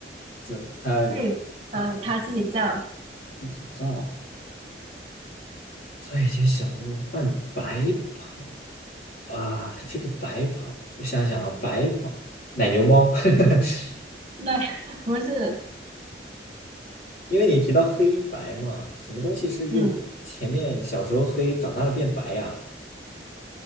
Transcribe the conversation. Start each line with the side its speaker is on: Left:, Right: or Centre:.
Left: 怎他
Right: 对，
Left: 他
Right: 呃，它自己造。
Left: 自己造，造一间小屋换白跑啊？这个白跑，我想想啊，白跑奶牛猫，<laughs>
Right: 那 <laughs> 不是，
Left: 因为你提到黑白嘛，什么东西是又前面小时候黑，
Right: 嗯，
Left: 长大了变白呀、